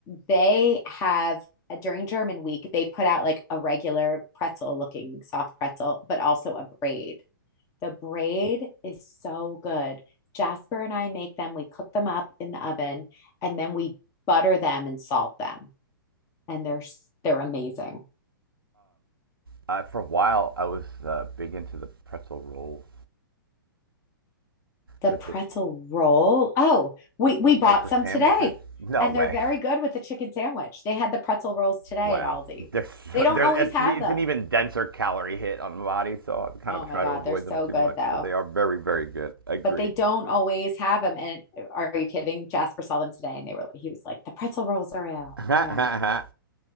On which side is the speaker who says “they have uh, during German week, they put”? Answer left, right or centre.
Left